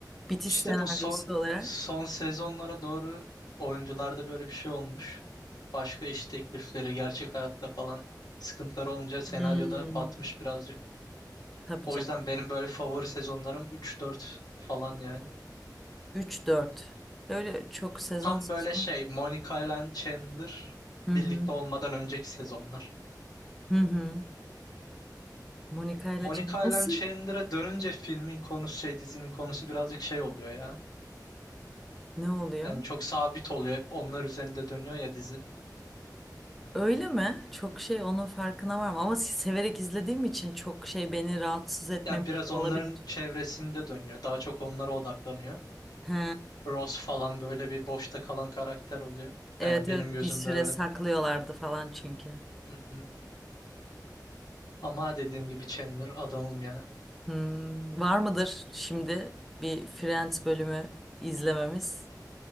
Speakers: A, in the centre; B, on the left.
A: bitiş
B: İşte
A: senaryosu
B: bu son
A: olarak.
B: son sezonlara doğru oyuncularda böyle bir şey olmuş. Başka iş teklifleri, gerçek hayatta falan sıkıntıları olunca senaryoda
A: Hmm,
B: batmış birazcık.
A: tabii
B: O
A: canım.
B: yüzden benim böyle favori sezonlarım 3-4 falan yani.
A: Üç dört. Öyle çok sezon
B: Tam
A: sezon.
B: böyle şey Monica ile Chandler
A: Hı
B: birlikte
A: hı.
B: olmadan önceki sezonlar.
A: Hı hı. Monika ile
B: Monica
A: Chan- Nasıl?
B: ile Chandler'a dönünce filmin konusu şey dizinin konusu birazcık şey oluyor ya.
A: Ne oluyor?
B: Yani çok sabit oluyor. Hep onlar üzerinde dönüyor ya dizi.
A: Öyle mi? Çok şey onun farkına var mı? Ama severek izlediğim için çok şey beni rahatsız etmemiş
B: Yani biraz
A: olabilir.
B: onların çevresinde dönüyor. Daha çok onlara odaklanıyor.
A: He.
B: Ross falan böyle bir boşta kalan karakter oluyor.
A: Evet
B: Ben
A: evet
B: benim gözümde
A: bir süre
B: öyle.
A: saklıyorlardı falan çünkü.
B: Hı hı. Ama dediğim gibi Chandler adamım ya.
A: Hmm, var mıdır şimdi bir Friends bölümü izlememiz?